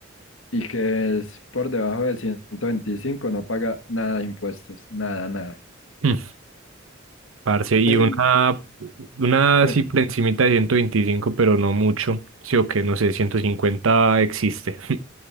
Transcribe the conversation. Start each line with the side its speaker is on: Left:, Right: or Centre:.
Left: y que es por debajo de 125, no paga nada de impuestos, nada, nada.
Right: Mm, Parce, y
Left: Ey,
Right: una, una
Left: ¿qué?
Right: así por encimita de 125, pero no mucho. Sí o qué, no sé, 150 existe. <laughs>